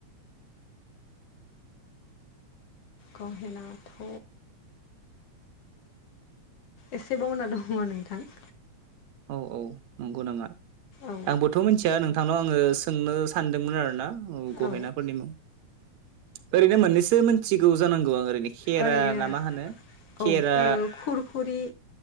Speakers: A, on the left; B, on the right.
A: गहेनाथ' एसे बावना दङ नोंथां।
B: औ औ नंगौ नामा?
A: औ
B: आंबो थ' मिथिया नोंथांनाव आङो सोंनो सानदोंमोन आरोना गहेनाफोरनि
A: औ
B: मुं। ओरैनो मोननैसो मोनथिगौ जानांगौ आं ओरैनो खेरा
A: ओरैनो
B: ना मा होनो खेरा
A: औ ओ खुरखुरि